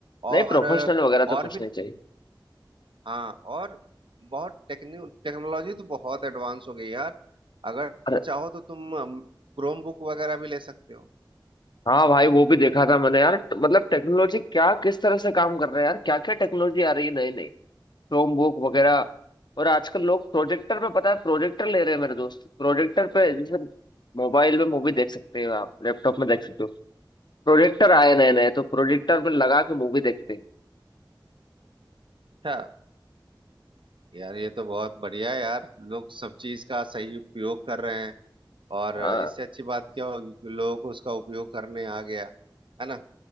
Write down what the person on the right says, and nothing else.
और
और
भी
हाँ और बहुत टेक्निक टेक्नोलॉजी तो बहुत एडवांस हो गई यार अगर
चाहो तो तुम क्रोम बुक वगैरह भी ले सकते हो
अच्छा यार ये तो बहुत बढ़िया है यार लोग सब चीज का सही उपयोग कर रहे हैं और
इससे अच्छी बात क्या होगी कि लोगों को उसका उपयोग करने आ गया है ना